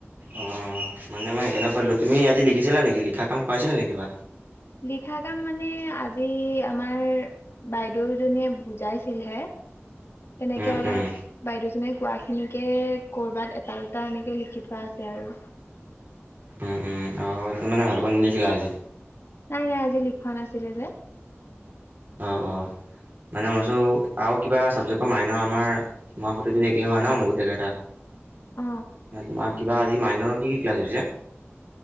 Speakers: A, on the right (about 45°); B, on the left (about 60°).
A: অঁ মানে মই সেইকাৰণে কৰিলোঁ। তুমি আজি লিখিছিলা নেকি? লিখা কাম কৰাইছিল নেকি কিবা?
B: লিখা কাম মানে আজি আমাৰ বাইদেউজনীয়ে বুজাইছিলহে তেনেকে
A: উম
B: অলপ
A: উম
B: বাইদেউ জনে কোৱা খিনিকে কৰবাত এটা-দুটা এনেকে লিখি থোৱা আছে আৰু।
A: উম উম অ তুমি মানে ভালকৈ নিদেখিলা আজি।
B: নাই নাই আজি লিখোৱা নাছিলে যে
A: অঁ অঁ মানে মইছোঁ আৰু কিবা চাবজেক্টৰ মাইনৰ আমাৰ মাৰ সটো একেই হয় ন মোৰ গোটেই কেই এটা
B: অ
A: তোমাৰ কিবা আজি মাইনৰ কি কি ক্লাছ হৈছে?